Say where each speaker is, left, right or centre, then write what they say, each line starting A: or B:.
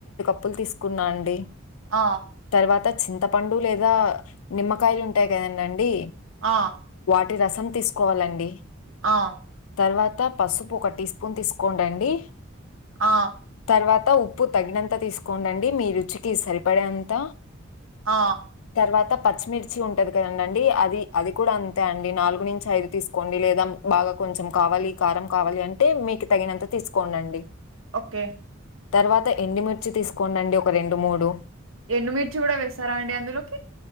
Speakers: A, on the left; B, on the right.
A: ప్పులు తీసుకున్నా అండి
B: ఆ
A: తర్వాత చింతపండు లేదా నిమ్మకాయలు ఉంటాయి కదండం అండి
B: ఆ
A: వాటి రసం తీసుకోవాలండి
B: ఆ
A: తరువాత పసుపు ఒక టీ స్పూన్ తీసుకొండండి
B: ఆ
A: తర్వాత ఉప్పు తగినంత తీసుకొండండి మీ రుచికి సరిపడే అంత
B: ఆ
A: తర్వాత పచ్చిమిర్చి ఉంటది కదండి అండి అది అది కూడా అంతే అండి నాలుగు నుంచి ఐదు తీసుకోండి లేదా బాగా కొంచెం కావాలి కారం కావాలి అంటే మీకు తగినంత తీసుకోండండి
B: ఓకే
A: తరువాత ఎండుమిర్చి తీసుకొండండి ఒక రెండు మూడు
B: ఎండుమిర్చి కూడా వేస్తారా అండి అందులోకి